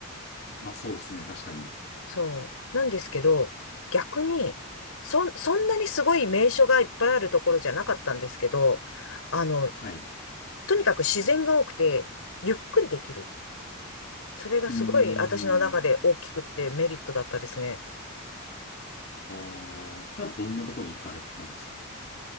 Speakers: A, on the left; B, on the left.
A: まあそうですね、確かに。
B: そう。なんですけど、逆に、そん、そんなにすごい名所がいっぱいあるところじゃなかったんですけど、あの、
A: はい。
B: とにかく自然が多くて、ゆっくりできる。それがすごい私の中で大きくってメリットだったですね。
A: うーん。ああ、ただどんなとこに行かれたんですか